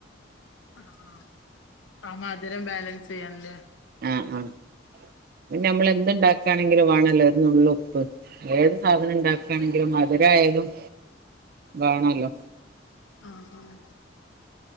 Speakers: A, on the left; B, on the right.
A: അ ആഹ് ആ മധ് രം ബാലൻസ്യ്യാൻ അല്ലേ.
B: ആഹ് ആഹ് പിന്നെ നമ്മള് എന്ത്ണ്ടാ ക്കാണെങ്കിലും വാണല്ലോ ഒര് നുള്ള് ഉപ്പ് ഏത് സാധനം ഇണ്ടാക്കാണെങ്കിലും മത് രായാലും വാണെല്ലോ
A: ആഹ് ആഹ്